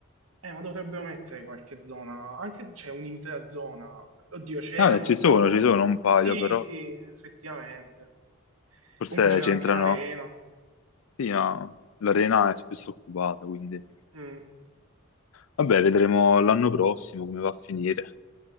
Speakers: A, on the right; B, on the left.
A: Eh, ma dovrebbero mettere qualche zona, anche c'è un'intera zona. Oddio, c'erano
B: Ah, eh, ci sono,
A: però
B: ci sono
A: più...
B: un
A: Sì,
B: paio, però
A: sì, effettivamente.
B: forse
A: Comunque c'era
B: c'entrano.
A: anche l'arena.
B: Sì, no, l'arena è spesso occupata, quindi
A: Mm.
B: Vabbè, vedremo l'anno prossimo come va a finire.